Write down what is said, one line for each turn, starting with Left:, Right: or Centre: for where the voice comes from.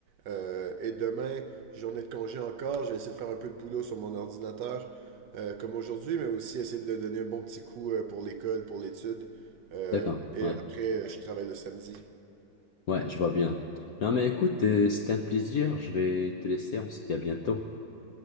Right: Euh, et demain, journée de congé encore, je vais essayer de faire un peu de boulot sur mon ordinateur, euh, comme aujourd'hui, mais aussi essayer de donner un bon petit coup euh, pour l'école, pour l'étude. Euh,
Left: D'accord.
Right: et
Left: Ouais.
Right: après, euh, je travaille le samedi.
Left: Ouais, je vois bien. Non, mais écoute, euh, c'était un plaisir. Je vais te laisser. On se dit à bientôt.